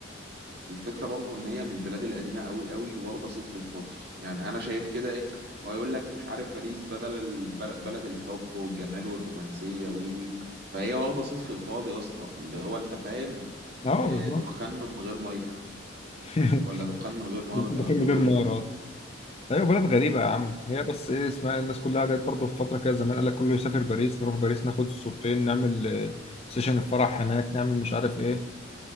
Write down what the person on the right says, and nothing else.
الفكره برضو ان هي من البلاد القديمه قوي قوي واخده صيت في الفاضي يعني انا شايف كده ايه ويقول لك مش عارف باريس بدل البل- بلد الحب والجمال والرومانسيه وي وي فهي واخده صيت في الفاضي يا اسطى اللي هو انت فاهم
آه،
دخان من غير ميه
ولا دخان من غير نار
زي ما بيقولوا